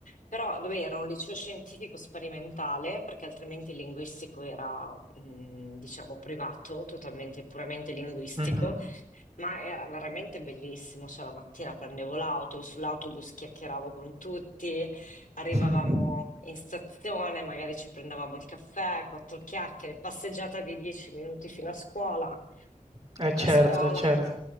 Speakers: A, on the left; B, on the right.
A: Però vabbè, era un liceo scientifico sperimentale perché altrimenti il linguistico era, mh, diciamo, privato, totalmente, puramente linguistico.
B: mh-mh.
A: Ma era veramente bellissimo, cioè la mattina prendevo l'auto, sull'autobus chiacchieravo con tutti, arrivavamo
B: <laughs> Mh.
A: in stazione, magari ci prendevamo il caffè, quattro chiacchiere, passeggiata di dieci minuti fino a scuola.
B: Eh certo,
A: A scuola
B: eh certo.